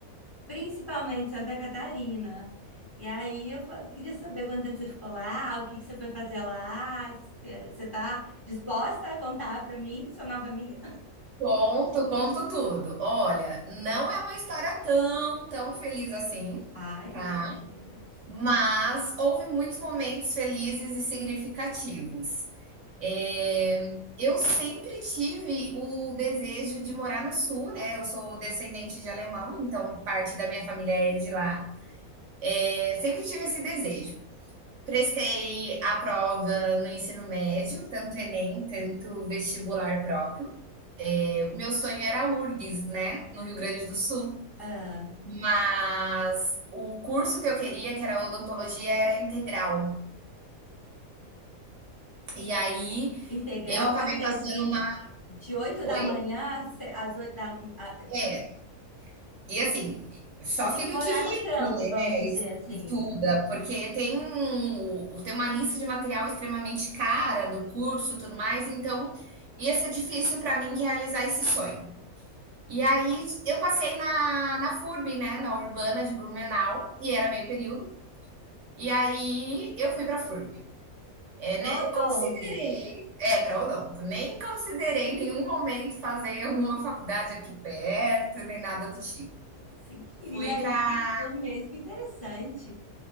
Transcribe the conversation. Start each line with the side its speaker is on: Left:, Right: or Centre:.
Left: principalmente Santa Catarina. E aí eu fa- queria saber quanto tempo você ficou lá, o que que você foi fazer lá, se- é, você está disposta a contar para mim, sua nova amiga?
Right: Conto, conto tudo. Olha, não é uma história tão, tão feliz assim,
Left: Ai,
Right: tá?
Left: meu Deus.
Right: Mas houve muitos momentos felizes e significativos. Eh, eu sempre tive o desejo de morar no sul, né? Eu sou descendente de alemão, então parte da minha família é de lá. É sempre tive esse desejo. Prestei a prova no ensino médio, tanto Enem, tanto vestibular próprio. Meu sonho era a URGS, né, no Rio Grande do Sul.
Left: Ah,
Right: Mas o curso que eu queria, que era odontologia, era integral. E aí
Left: Integral,
Right: eu acabei
Left: você
Right: passando
Left: diz
Right: na
Left: de 8
Right: Oi?
Left: da manhã às se- às 8 da. a- tipo,
Right: É. E assim, só
Left: você tinha
Right: filho
Left: que morar
Right: de rico,
Left: no campus,
Right: né,
Left: vamos dizer assim,
Right: estuda, porque tem um tem uma lista de material extremamente cara do curso, tudo mais, então ia ser difícil para mim realizar esse sonho. E aí eu passei na na FURB, né, na Urbana de Blumenau, e era meio período. E aí eu fui para a FURB. É,
Left: para
Right: nem
Left: odonto.
Right: considerei, é, para odonto, nem considerei em nenhum momento fazer alguma faculdade aqui perto, nem nada do tipo.
Left: Você queria
Right: Fui para,
Left: ir para o sul mesmo, que interessante.